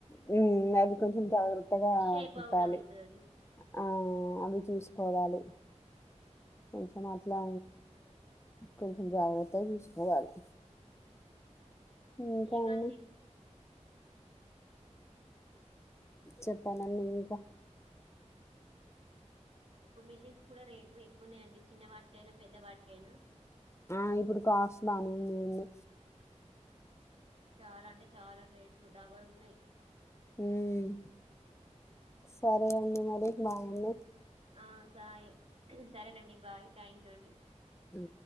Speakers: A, on the left; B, on the right.
A: మ్మ్ అది కొంచెం జాగ్రత్తగా
B: షేప్
A: కుట్టాలి
B: అవుట్ అవుతది అది
A: ఆ అవి చూసు కోవాలి కొంచెం అట్లా కొంచెం జాగ్రత్త గా చూసుకోవాలి ఇంకా
B: మ్మ్
A: అండి చెప్పాండి అండి ఇంకా
B: ఇప్పుడు మిషన్స్ కూడా రేట్లు ఎక్కువనే అండి చిన్న వాటికైనా పెద్ద వాటికైనా
A: ఆ ఇప్పుడు కాస్ట్ బనే ఉంది కదా
B: చాలా అంటే చాలా రేట్లు డబాలు ఉన్నాయి
A: మ్మ్ సరే అండి మరి బాయ్ అండి
B: ఆ సాయి సరేనండి బాయ్ థ్యాంక్ యూ అండి
A: ఉ